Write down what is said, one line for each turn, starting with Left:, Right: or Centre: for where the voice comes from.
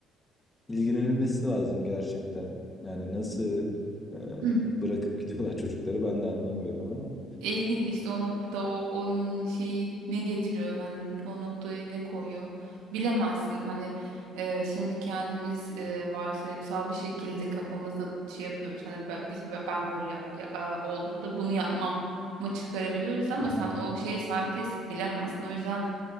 Left: ilgilenilmesi lazım gerçekten. Yani nasıl eee,
Right: hı.
Left: bırakıp gidiyorlar çocukları ben de anlamıyorum ama.
Right: İlginç işte o noktada o onun şeyi ne getiriyor hani o noktayı ne koyuyor bilemezsin hani e, şimdi kendimiz e, varsayımsal bir şekilde kafamızda şey yapıyoruz hani ben, biz ben böyle e, olduğumda bunu yapmam mı çıkarabiliyoruz ama
Left: Hı hı.
Right: sen o şeye sahip değilsin bilemezsin o yüzden